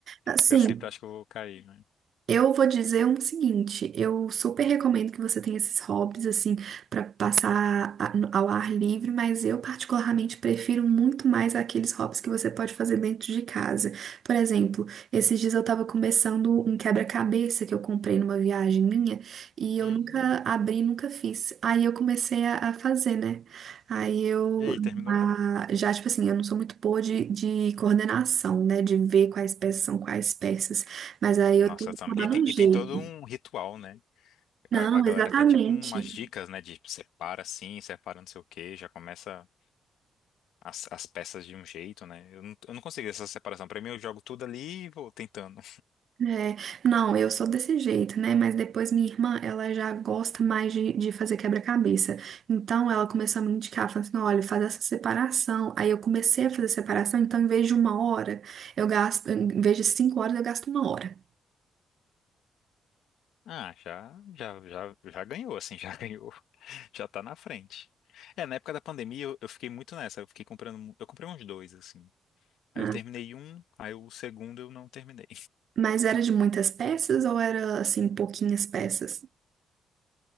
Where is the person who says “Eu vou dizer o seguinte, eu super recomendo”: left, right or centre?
Right